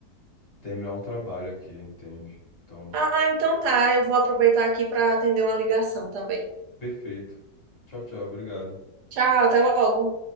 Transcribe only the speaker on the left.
terminar um trabalho aqui, entende? Então,
perfeito. Tchau, tchau, obrigado.